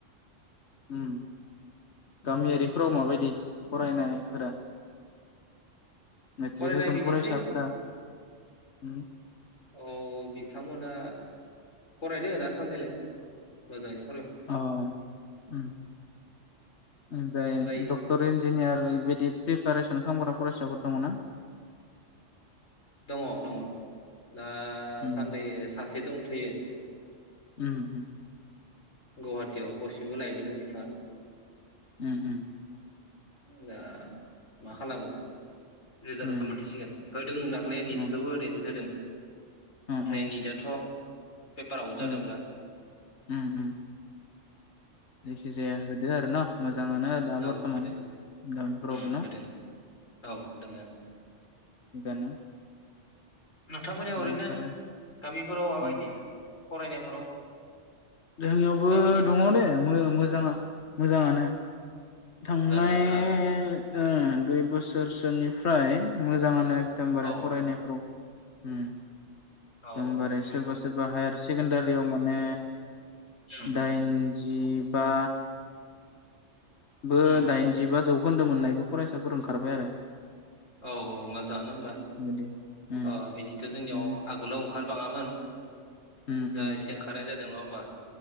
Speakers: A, on the left; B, on the left.
A: उम गामियारिफोराव माबायदि फरायनायफोरा? मेट्रिक
B: फरायनाया
A: होगोन
B: बिदिसै
A: फरायसाफ्रा? उम
B: औ बिथांमोना फरायदो दासान्दिलाय मोजाङैनो ।
A: अ उम उम दे
B: मा जायो
A: डक्टर इन जिनियरबायदि प्रिपेरेसन खालामग्रा फरायसाफोर दङ ना?
B: दङ दङ । दा
A: उम
B: सानदै सासे दंथ'यो ।
A: उम।
B: गौहाटियाव कचिंबो लाहैदोंमोन बिथाङा।
A: उम उम।
B: दा मा खालामो । रिजारासो
A: उम
B: मोनथिसिगोन होदों दाख्लै नेटखौबो
A: उम
B: ओरैनोसो होदों।
A: उम
B: नाथाय नितआथ' पेपार आवट जादोंब्ला
A: उम उम उम जायखिजाया होदो आरो न मोज जाङानो दा
B: औ
A: बरथमान
B: होदों
A: गामिफोरावबो
B: उम
A: न
B: होदों औ दोङो
A: थिगानो।
B: नोंथांमोनयाव
A: बेनिफ्राय
B: ओरैनो गामिफोराव माबायदि?
A: उम
B: फरायनायफोराव
A: जोंनियावबो
B: गामिनि हाल
A: दङ
B: सालफोरा
A: दे मोजा मोजाङा मोजाङानो थांनाय
B: मोजाङानो दोङो ना
A: ओ दुइ बोसोरसोनि फ्राय मोजाङानो एकदमबारे
B: औ
A: फरायनायफ्राव। होम।
B: औ
A: एकदमबारै
B: उम
A: सोरबा सोरबा हायार सेकेण्डारियाव माने
B: उम
A: दाइन जिबा बो
B: उम
A: दाइनजिबा जौखोन्दो मोननायबो फरायसाफोर ओंखारबाय आरो।
B: औ औ मोजाङानो होमबा
A: बिदि उम
B: अ बिदिथ' जोंनियाव
A: उम
B: आगोलाव ओंखारबाङामोन
A: उम उम
B: दा एसे ओंखारनाय जादों। नङा होमबा?